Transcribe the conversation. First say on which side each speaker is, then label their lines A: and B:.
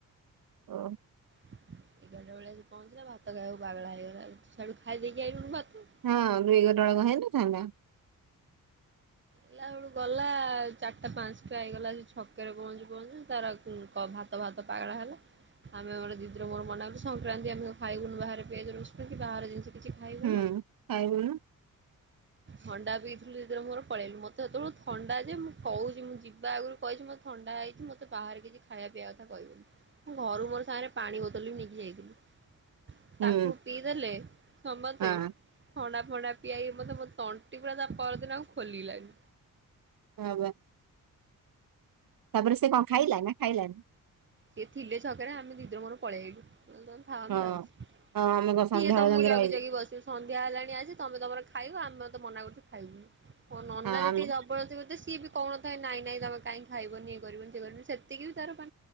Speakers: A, on the right (about 80°); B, on the right (about 35°).
A: ଓ।
B: ଏଗାରଟା ବେଳେ ଆସି ପହଞ୍ଚିଲା ଭାତ ଖାଇବାକୁ ପାଗଳା ହେଇଗଲା। ସିଆଡୁ ଖାଇଦେଇକି ଆଇଲୁନୁ ଭାତ।
A: ହଁ ଏଗାରଟା ବେଳକୁ ହେଇନଥାନ୍ତା।
B: ବେଳକୁ ଗଲା ଚାରିଟା ପାଞ୍ଚଟା ହେଇଗଲା ସେ ଛକରେ ପହଞ୍ଚୁ ପହଞ୍ଚୁ ତାର ହୁଁ, କ ଭାତ ଭାତ ପାଗଳା ହେଲା। ଆମେ ଆମର ଦିଦିର ମୋର ମନା କଲୁ ସଂକ୍ରାନ୍ତି ଆମେ ତ ଖାଇବୁ ନୁ ବାହାରେ ପିଆଜ ରସୁଣ କି ବାହାର ଜିନିଷ। କିଛି ଖାଇବୁନୁ,
A: ହୁଁ ଖାଇବୁନୁ
B: ଥଣ୍ଡା ପିଇଥିଲୁ ଦିଦିର ମୋର। ପଳେଇଲୁ, ମୋତେ ସେତେବେଳକୁ ଥଣ୍ଡାଯେ ମୁଁ କହୁଛି, ମୁଁ ଯିବା ଆଗରୁ କହିଛି ମୋତେ ଥଣ୍ଡା ହେଇଛି ମୋତେ ବାହାରେ କିଛି ଖାଇବା ପିଇବା କଥା କହିବୁନୁ। ମୁଁ ଘରୁ ମୋର ସାଙ୍ଗରେ ପାଣି ବୋତଲ ବି ନେଇକି ଯାଇଥିଲି।
A: ହୁଁ
B: ତାକୁ ପିଇଦେଲେ ସମସ୍ତେ।
A: ହଁ
B: ଥଣ୍ଡା ଫଣ୍ଡା ପିଆଇ ମତେ, ମୋ ତଣ୍ଟି ପୁରା ତା ପରଦିନ ଆଉ ଖୋଲିଲାନି।
A: ହଁ ବା। ତାପରେ ସେ କଣ ଖାଇଲା ନା ଖାଇଲାନି?
B: ସେ ଥିଲେ ଛକରେ ଆମେ ଦିଦିର ମୋର ପଳେଇ ଆଇଲୁ ହଁ,
A: ହଁ
B: ମୁଁ ଯାଉଛି
A: ହଁ ଆମେ କଣ ସନ୍ଧ୍ୟାବେଳେ
B: କିଏ ତମକୁ
A: ଯାଇକି
B: ଜଗି
A: ରହିଲୁ
B: ଜଗି ବସିବ? ସନ୍ଧ୍ୟା ହେଲାଣି ଆଜି ତମେ ତମର ଖାଇବ, ଆମେ ମତେ ମନା କରୁଛୁ ଖାଇବୁନୁ। ମୋ ନନା
A: ହଁ
B: ଯେତିକି
A: ଆମେ
B: ଜବରଦସ୍ତି କରିଥିବେ ସିଏ ବି କହୁ ଥାଏ ନାଇଁ ନାଇଁ ତମେ କାଇଁ ଖାଇବନି, ଇଏ କରିବନି ସିଏ କରିବନି, ସେତିକି ବି ତାର ପା